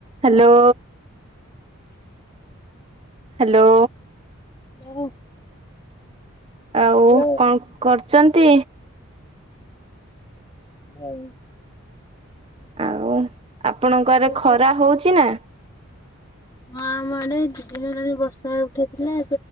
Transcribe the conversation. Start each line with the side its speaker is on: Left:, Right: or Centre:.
Right: Hello. Hello.
Left: Hello.
Right: ଆଉ
Left: hello
Right: କଣ କରୁଛନ୍ତି?
Left: ହୁଁ।
Right: ଆଉ ଆପଣଙ୍କରେ ଖରା
Left: କରୁଛ?
Right: ହଉଛି ନା।
Left: ହଁ ମଡେ ଦି ଦିନ ଧଣି ବର୍ଷା ଉଠେଇଥିଲା